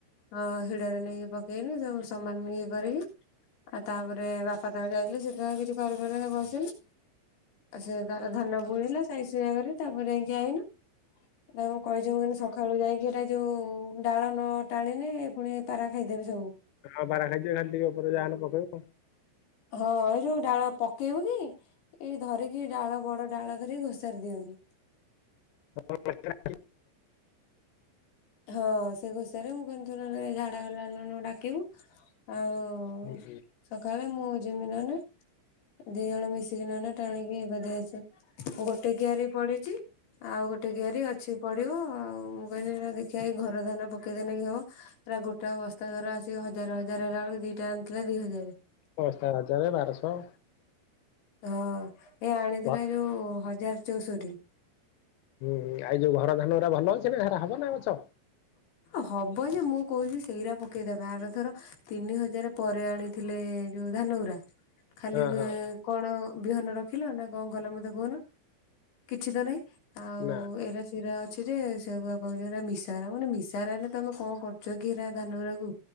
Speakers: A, on the left (about 60°); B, on the left (about 85°).
A: ହଁ ହିଡ଼ରେ ନେଇକି ପକେଇନି ତାକୁ ସମାନ ଇଏ କରି ଆଉ ତାପରେ ବା ବାପାବି ଯାଇଥିଲେ ସିଏ ତାଙ୍କର କିଛି କରିପାରିଲେନି ବସିଲେ ଆଉ ସେଏ ତାର ଧାନ ବୁଣିଲା ସାଇଜି ସୁଜାକରିକି ତାପରେ ଯାଇକି ଆଇନୁ ତାକୁ କହିଚି ମୁ କଇଁନି ସକାଳୁ ଯାଇକି ଏଇଟା ଯୋଉ ଡାଳନାଳ ଟାଣିନି ପୁଣି ପାରା ଖାଇଦେବେ ସବୁ।
B: ହଁ ପାରା ଖାଇଦେବେ ଝାଟିଉପରେ ଯାହାହେନ ପକେଇବ।
A: ହଁ ଏଯୋଉ ଡାଳ ପକେଇବୁକି ଏଇ ଧରିକି ଡାଳ ବଡ଼ ଡାଳ ଧରିିକି ଘୋଷାରି ଦିଅନ୍ତି।
B: <unintelligible>
A: ହଁ ସେ ଘୋଷରେ ମୁଁ କଇଁନି ଝାଡ଼ା ଗଲାବେଳେ ନହେନେ ଡାକିବୁ ଆଉ
B: ହୁଁ ହୁଁ।
A: ସକାଳେ ମୁଜିମିନହେନେ ଦି ଜଣ ମିଶିକି ନହେନେ ଟାଣିକି ଇଏକରିଦେଇକି ଆସେ ଗୋଟେ କିଆରି ପଡିଚି। ଆଉ ଗୋଟେ କିଆରି ଅଛି ପଡ଼ିବ ଆଉ ମୁଁ କହିନି ନା ଦେଖିଆ ଏଇ ଘର ଧାନ ପକେଇଦେଲେକି ହବ ପୁରା ଗୋଟା ବସ୍ତା ଧର ଆସିକି ହଜାର ହଜାର ହେଲା ବେଳକୁ ଦିଟା ଆଣିଥିଲା ଦି ହଜାରେ
B: ଦଶ ହଜାରେ ବାରଶହ
A: ହଁ ଏ ଆଣିଥିଲା
B: ଘ
A: ଏଯୋଉ ହଜାରେ ଚଉଷଠି।
B: ହୁଁ ଆଇ ଯୋଉ ଘର ଧାନଅରା ଭଲ ଅଛିନା ହେରା ହବନା ଗଛ?
A: ହବଯେ ମୁଁ କହୁଚି ସେଇରା ପକେଇଦବା ଆଗଥର ତିନି ହଜାରେ ପରେ ଆଣିଥିଲେ ଯୋଉ ଧାନଉରା ଖାଲି
B: ହଁ ହଁ
A: କଣ ବିହନ ରଖିଲନା କଁ କଲ ମତେ କୁହନ କିଛିତ ନାଇଁ ଆଉ
B: ନା।
A: ଏରା ସିରା ଅଛିଯେ ସେଗୁଆ ପା ମିଶି ଶାର ମାନେ ମିଶାହେରା ହେନେ ତମେ କଁ କରୁଚକି ହେରା ଧାନଅରାକୁ